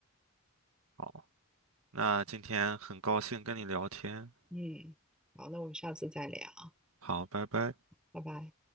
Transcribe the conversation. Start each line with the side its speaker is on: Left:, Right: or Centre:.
Right: 好。那今天很高兴跟你聊天，
Centre: 嗯，好，那我们下次再聊，
Right: 好，拜拜。
Centre: 拜拜。